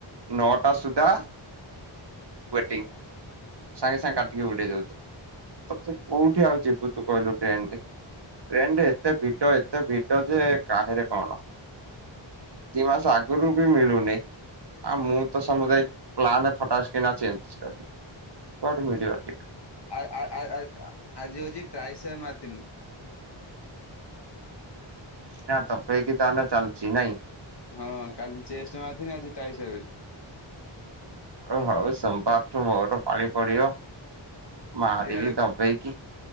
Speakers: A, on the right; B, on the left.
A: ନଅଟା ସୁଦ୍ଧା ୱେଟିଂ ସାଙ୍ଗେ ସାଙ୍ଗେ କାଟିକି ଉଡ଼େଇ ଦଉଚନ୍ତି। ତଥାପି କୋଉଠି ଆଉ ଯିବୁତୁ କହିଲୁ ଟ୍ରେନରେ। ଟ୍ରେନରେ ଏତେ ଭିଡ଼ ଏତେ ଭିଡ଼ଯେ କାହାରି କଣ। ଦିମାସେ ଆଗରୁବି ମିଳୁନି ଆଉମୁତ ସମୁଦାୟ ପ୍ଲାନ ଫଟା କିନା ଚେଞ୍ଜକଲି କୁଆଡ଼ୁମିଳିବ।
B: ଆଁ ଆଁ ଆଁ ଆଁ ଆଁ ଆଜି ହଉଚି ଟ୍ରାଇଶହ ମାତନୀ
A: ନା ଦବେଇକି ତାହାନେ ଚାଲିଚି ନାଇଁ।
B: ହଁ କାଲି ଚେଷ୍ଟ ମାରିଥିନି ଆଜି ଟାଇସେ <unintelligible>
A: ଓଉ ହଉ ସୋମବାରଠୁ ମୋର ପାଳି ପଡ଼ିବ ମାରିବି
B: ଏଇନା ଦେଖ
A: ଦବେଇକି‌।